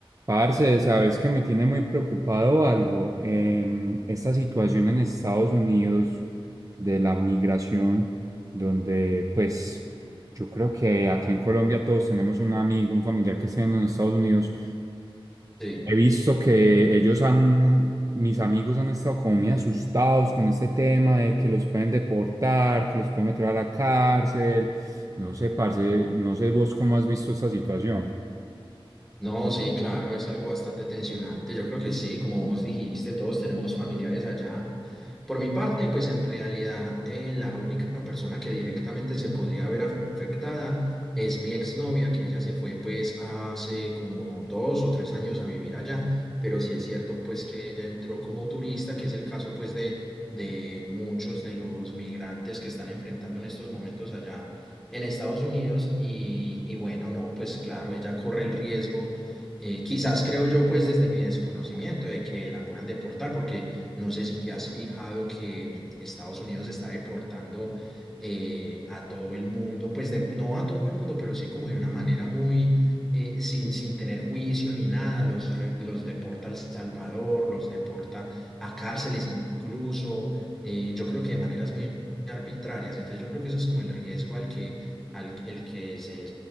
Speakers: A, on the right (about 35°); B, in the centre.
A: Parce, sabes que me tiene muy preocupado algo. Em, esta situación en Estados Unidos de la migración, donde pues yo creo que acá en Colombia todos tenemos un amigo, un familiar que esté en los Estados Unidos.
B: Sí,
A: He visto que ellos han, mis amigos han estado como muy asustados con este tema de que los pueden deportar, que los pueden meter a la cárcel. No sé, parce, no sé vos cómo has visto esta situación.
B: no, sí, claro, es algo bastante tensionante. Yo creo que sí, como vos dijiste, todos tenemos familiares allá Por mi parte, pues en realidad eh, la única persona que directamente se podría ver afectada es mi exnovia, que ella se fue pues hace como dos o tres años a vivir allá, pero sí es cierto pues que ella entró como turista, que es el caso pues de, de muchos de los migrantes que están enfrentando en estos momentos allá en Estados Unidos y, y bueno, no, pues claro, ella corre el riesgo. eh, quizás creo yo, pues desde mi desconocimiento de que la puedan deportar, porque no sé si te has fijado que Estados Unidos está deportando eh, a todo el mundo, pues de- no a todo el mundo, pero sí como de una manera muy, eh, sin, sin tener juicio ni nada, los, re- los deporta a El Salvador, los deporta a cárceles incluso, eh, yo creo que de maneras muy arbitrarias. Entonces yo creo que eso es como el riesgo al que, al, el que se